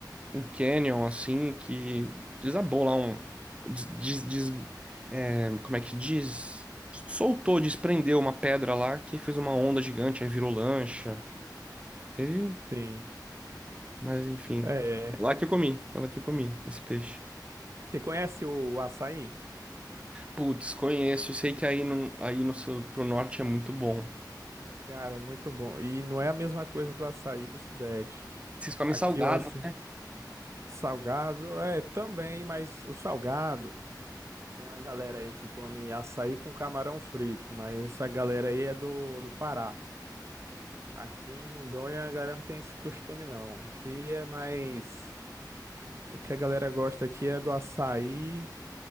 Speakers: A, on the right; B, on the right.
A: um canyon assim que desabou lá um des, des- des- é, como é que diz? Soltou, desprendeu uma pedra lá que fez uma onda gigante, aí virou lancha. Teve,
B: Sim.
A: mas enfim.
B: É.
A: É
B: é.
A: lá que eu comi, foi lá que eu comi esse peixe.
B: Você conhece o açaí?
A: Putz, conheço, sei que aí no, aí no seu, pro norte é muito bom.
B: Cara, é muito bom. E não é a mesma coisa do açaí do Sudeste.
A: Vocês comem
B: Aqui
A: salgado?
B: o açaí salgado é também, mas o salgado. Tem uma galera aí que come açaí com camarão frito, mas essa galera aí é do, do Pará. Aqui em Rondônia a galera não tem esse costume, não. O que é mais. O que a galera gosta aqui é do açaí